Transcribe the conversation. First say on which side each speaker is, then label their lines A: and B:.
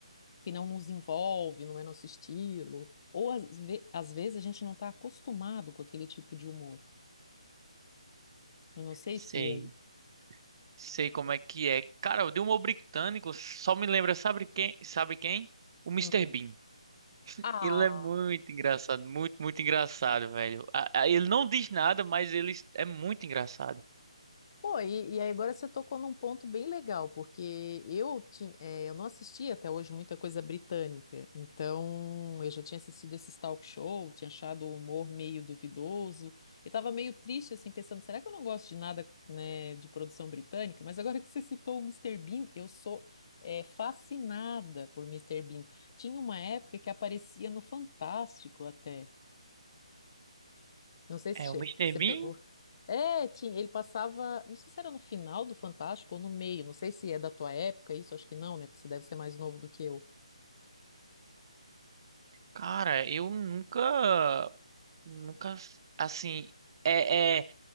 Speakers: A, on the left (about 40°); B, on the right (about 40°).
A: que não nos envolve, não é nosso estilo, ou às, ve- às vezes a gente não está acostumado com aquele tipo de humor. Eu não sei
B: sei,
A: se é.
B: sei como é que é. Cara, o Dilma Britânico só me lembra, sabe quem? Sabe quem? O Mister
A: Hum.
B: Bean.
A: Ah!
B: Ele é muito engraçado, muito, muito engraçado, velho. A- a- Ele não diz nada, mas ele é muito engraçado.
A: Pô, e, e aí agora você tocou num ponto bem legal, porque eu, tinha, eu não assisti até hoje muita coisa britânica, então eu já tinha assistido esse talk show, tinha achado o humor meio duvidoso, e tava meio triste, assim, pensando, será que eu não gosto de nada, né, de produção britânica? Mas agora que você citou o Mr. Bean, eu sou, é, fascinada por Mister Bean. Tinha uma época que aparecia no Fantástico até. Não sei se
B: É,
A: che-
B: o Mister
A: você pegou.
B: Bean
A: É, tinha, ele passava, não sei se era no final do Fantástico ou no meio, não sei se é da tua época isso, acho que não, né? Porque você deve ser mais novo do que eu.
B: Cara, eu nunca, nunca, assim, é, é,